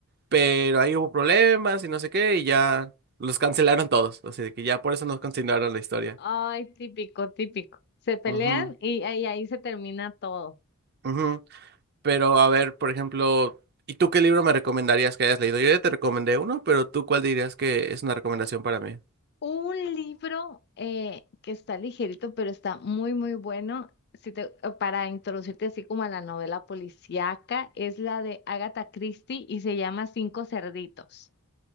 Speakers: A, on the right; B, on the left.
A: pero ahí hubo problemas y no sé qué, y ya los cancelaron todos, así de que ya por eso no continuaron la historia.
B: ay, típico, típico. Se pelean
A: Ujú,
B: y ahí, ahí se termina todo.
A: ujú. Pero a ver, por ejemplo, ¿y tú qué libro me recomendarías que hayas leído? Yo ya te recomendé uno, pero ¿tú cuál dirías que es una recomendación para mí?
B: Un libro eh, que está ligerito, pero está muy, muy bueno, si te- para introducirte así como a la novela policíaca, es la de Agatha Christie y se llama Cinco Cerditos.